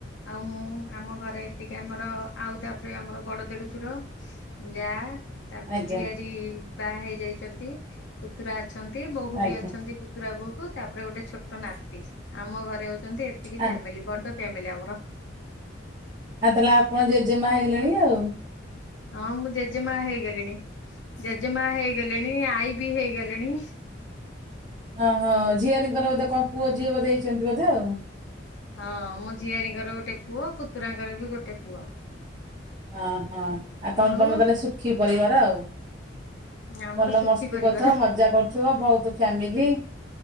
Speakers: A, on the left; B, on the right.
A: ଆଉ ମୁଁ ଆମ ଘର ଏତିକି ଆମର ଆଉ ତାପରେ ଆମର ବଡ ଦେଢସୁର ଯା ତାପରେ
B: ଆଜ୍ଞା
A: ଝିଆରୀ ବାହା ହେଇଯାଇଛନ୍ତି ପୁତୁରା ଅଛନ୍ତି ବୋହୂ
B: ଆଜ୍ଞା।
A: ବି ଅଛନ୍ତି ପୁତୁରା ବୋହୂ ତାପରେ ଗୋଟେ ଛୋଟ ନାତି ଆମ ଘରେ ହଉଛନ୍ତି ଏତିକି
B: ଆ
A: ଫ୍ୟାମିଲି ବଡ ଫ୍ୟମିଲ ଆମର।
B: ଆଉ ତାହେଲେ ଆପଣ ଜେଜେମା ହେଇଗଲେଣି ଆଉ?
A: ହଁ ମୁଁ ଜେଜେମା ହେଇଗଲିଣି। ଜେଜେମା ହେଇଗଲେଣି ଆଈ ବି ହେଇଗଲେଣି।
B: ଓହୋ ଝିଆରୀଙ୍କର ବୋଧେ କଣ ପୁଅ ଝିଅ ବୋଧେ ହେଇଛନ୍ତି ବୋଧେ ଆଉ?
A: ହଁ ମୋ ଝିଆରୀଙ୍କର ଗୋଟେ ପୁଅ ପୁତୁରାଙ୍କର ବି ଗୋଟେ ପୁଅ।
B: ଓହୋ ଆଉ ତମେ
A: ଆଉ
B: ତମେ ତାହଲେ ସୁଖି ପରିବାର ଆଉ
A: ଆମର
B: ଭଲ
A: ସୁଖୀ
B: ମସ୍ତି
A: ପରିବାର
B: କରୁଥିବ ମଜା କରୁଥିବ ବହୁତ ଫ୍ୟାମିଲି?